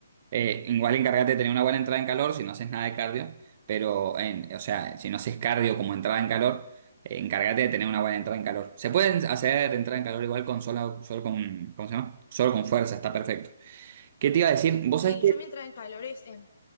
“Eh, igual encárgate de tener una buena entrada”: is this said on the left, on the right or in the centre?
Right